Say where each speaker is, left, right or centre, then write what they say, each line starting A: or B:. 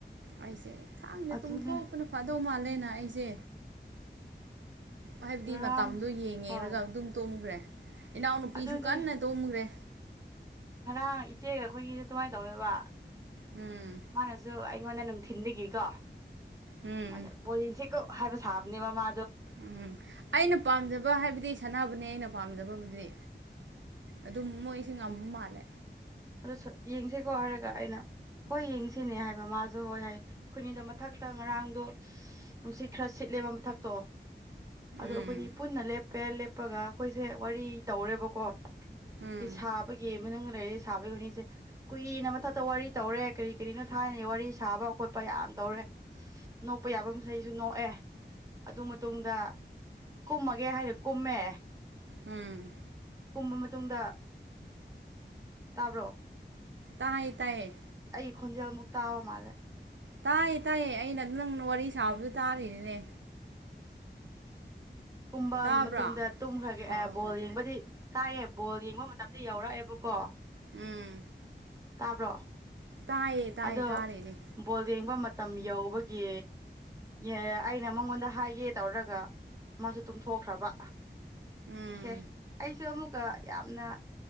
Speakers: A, on the right; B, on the right.
A: ꯑꯩꯁꯦ ꯊꯥꯡꯗ
B: ꯑꯗꯨꯅꯦ
A: ꯇꯨꯝꯊꯣꯛꯄꯅ ꯐꯥꯗꯧ ꯃꯥꯜꯂꯦꯅ ꯑꯩꯁꯦ ꯍꯥꯏꯕꯗꯤ
B: ꯉꯔꯥꯡ
A: ꯃꯇꯝꯗꯣ ꯌꯦꯡꯔꯒ
B: ꯍꯣꯏ
A: ꯑꯗꯨꯝ ꯇꯨꯝꯈ꯭ꯔꯦ ꯏꯅꯥꯎꯅꯨꯄꯤꯁꯨ
B: ꯑꯗꯨꯅꯦ
A: ꯀꯟꯅ ꯇꯣꯝꯃꯈ꯭ꯔꯦ
B: ꯉꯔꯥꯡ ꯏꯆꯦꯒ ꯑꯩꯈꯣꯏꯒꯤꯁꯨ ꯑꯗꯨꯃꯥꯏꯅ ꯇꯧꯋꯦꯕ
A: ꯎꯝ
B: ꯃꯥꯅꯁꯨ ꯑꯩ ꯑꯩꯉꯣꯟꯗ ꯅꯨꯡꯊꯤꯟꯗꯒꯤꯀꯣ
A: ꯎꯝ
B: ꯑꯩꯉꯣꯟꯗ ꯕꯣꯔꯦꯟꯁꯦ ꯀꯣꯛ ꯍꯥꯏꯕ ꯁꯥꯕꯅꯦꯕ ꯃꯥ
A: ꯎꯝ ꯑꯩꯅ ꯄꯥꯝꯖꯕ ꯍꯥꯏꯕꯗꯤ ꯁꯥꯟꯅꯕꯅꯤ ꯑꯩꯅ ꯄꯥꯝꯖꯕꯕꯨꯗꯤ ꯑꯗꯨꯝ ꯃꯣꯏꯁꯤ ꯉꯝ ꯃꯥꯜꯂꯦ
B: ꯑꯗꯣ ꯌꯦꯡꯁꯤꯀꯣ ꯍꯥꯏꯔꯒ ꯑꯩꯅ ꯍꯣꯏ ꯌꯦꯡꯁꯤꯅꯦ ꯍꯥꯏꯕ ꯃꯥꯁꯨ ꯍꯣꯏ ꯍꯥꯏꯌꯦ ꯈꯨꯅꯤꯗ ꯃꯊꯛꯇ ꯉꯔꯥꯡꯗꯣ ꯅꯨꯡꯁꯤꯠ ꯈꯔ ꯁꯤꯠ ꯂꯩꯕ ꯃꯊꯛꯇꯣ ꯑꯗꯣ
A: ꯎꯝ
B: ꯑꯩꯈꯣꯏꯅꯤ ꯄꯨꯟꯅ ꯂꯦꯞꯄꯦ ꯂꯦꯞꯄꯒ ꯑꯩꯈꯣꯏꯁꯦ ꯋꯥꯔꯤ ꯇꯧꯔꯦꯕꯀꯣ
A: ꯎꯝ
B: ꯁꯤ ꯁꯥꯕꯒꯤ ꯃꯅꯨꯡꯗ ꯂꯩꯔꯁꯦ ꯁꯥꯕꯒꯤ ꯍꯧꯅꯤꯁꯦ ꯀꯨꯏꯅ ꯃꯊꯛꯇ ꯋꯥꯔꯤ ꯇꯧꯔꯦ ꯀꯔꯤ ꯀꯔꯤꯅꯣ ꯊꯥꯏꯅ ꯋꯥꯔꯤ ꯁꯥꯕ ꯈꯣꯠꯄ ꯌꯥꯝ ꯇꯧꯔꯦ ꯅꯣꯛꯄ ꯌꯥꯕ ꯃꯈꯩꯁꯨ ꯅꯣꯛꯑꯦ ꯑꯗꯨ ꯃꯇꯨꯡꯗ ꯀꯨꯝꯃꯒꯦ ꯍꯥꯏꯔ ꯀꯨꯝꯃꯦ
A: ꯎꯝ
B: ꯀꯨꯝꯕ ꯃꯇꯨꯡꯗ ꯇꯥꯕ꯭ꯔꯣ
A: ꯇꯥꯏꯌꯦ ꯇꯥꯏꯌꯦ
B: ꯈꯣꯟꯟꯖꯃꯨꯛꯇ ꯑꯋꯥ ꯃꯥꯂꯦ
A: ꯇꯥꯏꯌꯦ ꯇꯥꯏꯌꯦ ꯑꯩꯅ ꯑꯗꯨꯝ ꯅꯪ ꯋꯥꯔꯤ ꯁꯥꯕꯗꯨ ꯇꯥꯔꯤꯔꯤꯅꯦ
B: ꯀꯨꯝꯕ
A: ꯇꯥꯕ꯭ꯔꯥ
B: ꯃꯇꯨꯡꯗ ꯇꯨꯝꯈ꯭ꯔꯒꯦ
A: ꯑꯣ ꯑꯣ
B: ꯕꯣꯜ
A: ꯑꯣ
B: ꯌꯦꯡꯕꯗꯤ ꯀꯥꯏꯌꯦ ꯕꯣꯜ ꯌꯦꯡꯕ ꯃꯇꯝꯗ ꯌꯧꯔꯛꯑꯦꯕꯀꯣ
A: ꯎꯝ
B: ꯇꯥꯕ꯭ꯔꯣ
A: ꯇꯥꯏꯌꯦ ꯇꯥꯏꯌꯦ
B: ꯑꯗꯣ
A: ꯇꯥꯔꯤꯅꯦ
B: ꯕꯣꯜ ꯌꯦꯡꯕ ꯃꯇꯝ ꯌꯧꯕꯒꯤ ꯑꯦ ꯑꯩꯅ ꯃꯉꯣꯟꯗ ꯍꯥꯏꯒꯦ ꯇꯧꯔꯒ ꯃꯥꯁꯨ ꯇꯨꯝꯊꯣꯛꯈ꯭ꯔꯕ
A: ꯎꯝ
B: ꯦ ꯑꯩꯁꯨ ꯑꯃꯨꯛ ꯑꯗꯨꯒ ꯌꯥꯝꯅ